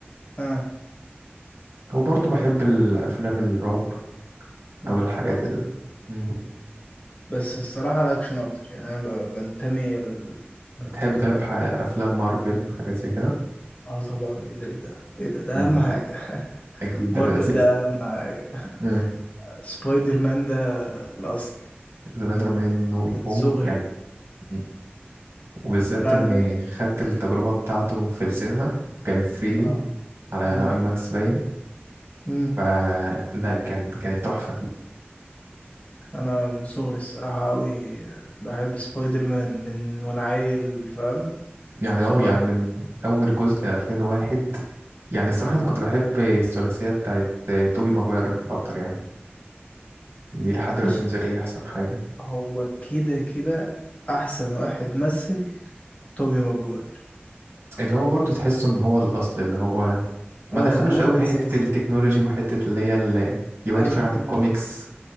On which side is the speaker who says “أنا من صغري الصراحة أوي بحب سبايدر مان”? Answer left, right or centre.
Left